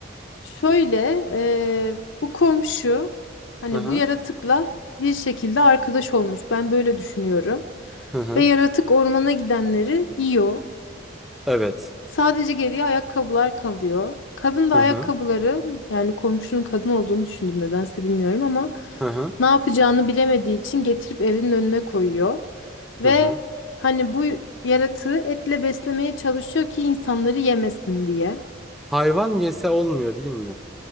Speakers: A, on the left; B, in the centre.
A: Şöyle e, bu komşu hani
B: Hı hı.
A: bu yaratıkla bir şekilde arkadaş olmuş. Ben böyle düşünüyorum.
B: Hı hı.
A: Ve yaratık ormana gidenleri yiyor.
B: Evet.
A: Sadece geriye ayakkabılar kalıyor. Kadın da
B: Hı
A: ayakkabıları
B: hı.
A: yani komşunun kadın olduğunu düşündüm nedense bilmiyorum ama
B: Hı hı.
A: ne yapacağını bilemediği için getirip evinin önüne koyuyor. Ve
B: Hı hı.
A: hani bu yaratığı etle beslemeye çalışıyor ki insanları yemesin diye.
B: Hayvan yese olmuyor değil mi?